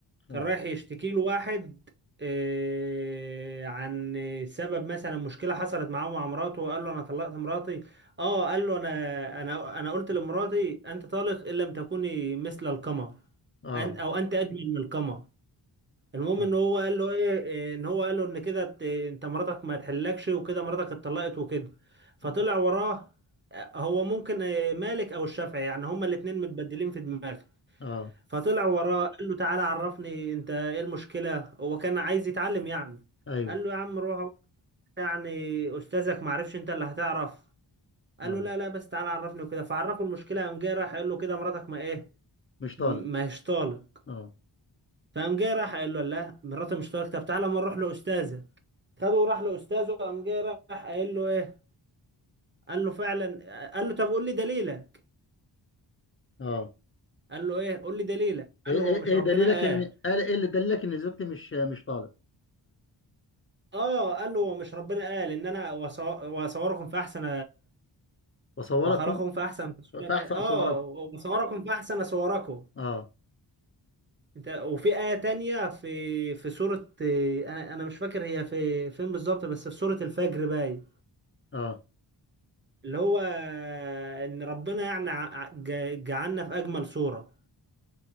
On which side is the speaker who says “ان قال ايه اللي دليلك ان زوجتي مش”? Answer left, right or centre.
Left